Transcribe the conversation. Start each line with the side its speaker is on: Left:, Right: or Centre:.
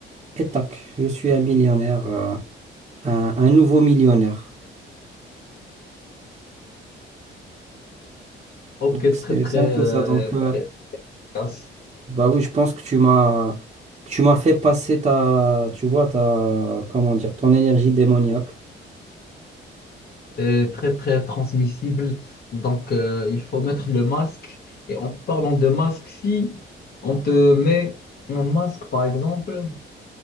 Right: Et tac, je suis un millionnaire, euh, un, un nouveau millionnaire.
Left: Ok,
Right: Donc c'est
Left: très très
Right: c'est un peu
Left: euh,
Right: ça. Donc euh,
Left: très efficace
Right: bah oui, je pense que tu m'as que tu m'as fait passer ta, tu vois, ta, comment dire, ton énergie démoniaque.
Left: et très très transmissible. Donc euh, il faut mettre le masque. Et en parlant de masque, si on te met un masque par exemple,